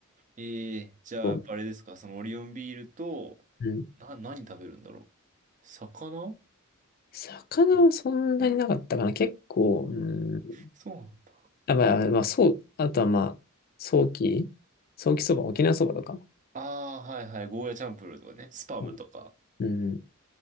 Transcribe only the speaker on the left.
こう、
うん。
魚はそんなになかったかな。結構、うん
あ、まあ、まあ、そう、あとはまあ、早期、早期そば、沖縄そばとか。
うん。うん